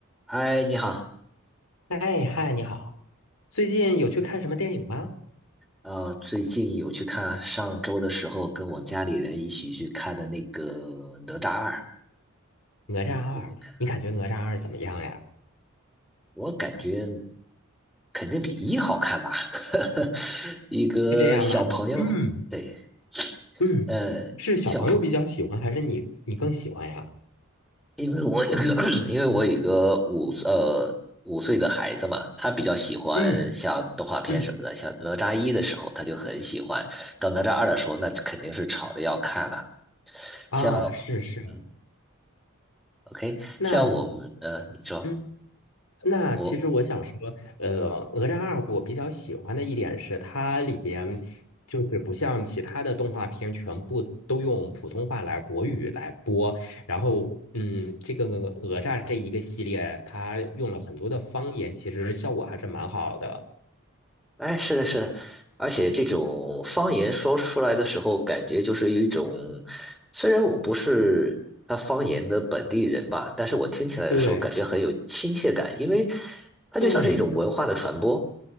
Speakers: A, in the centre; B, on the left.
A: 嗨，你好。
B: 哎嗨，你好，最近有去看什么电影吗？
A: 呃，最近有去看，上周的时候跟我家里人一起去看的那个《哪吒二》，
B: 《哪吒二》，
A: 你有没有看？
B: 你感觉《哪吒二》怎么样呀？
A: 我感觉肯定比一好看吧。<laughs> 一个小朋友，
B: 是这样吗？嗯
A: 对，
B: 嗯，
A: 呃，
B: 是小朋友比较喜欢，
A: 小朋，
B: 还是你你更喜欢呀？
A: 因为我有个，<coughs> <clears throat> 因为我有一个五呃五岁的孩子嘛，他比较喜欢像动画片什么的，
B: 嗯嗯，
A: 像哪吒一的时候他就很喜欢，到哪吒二的时候那肯定是吵着要看了，
B: 啊，
A: 像。
B: 是是，
A: 嗯。OK，
B: 那
A: 像我们呃，你说
B: 嗯那其实我想说，
A: 我，
B: 呃，《哪吒二》我比较喜欢的一点是，它里边就是不像其他的动画片，全部都用普通话来国语来播。然后，嗯，这个哪吒这一个系列，它用了很多的方言，其实效果还是蛮好的。
A: 哎，是的，是的，而且这种方言说出来的时候，感觉就是有一种，虽然我不是他方言的本地人吧，但是我听起来的时候感觉很有亲切感，
B: 对
A: 因为它就像是一种文化的传播。
B: 对，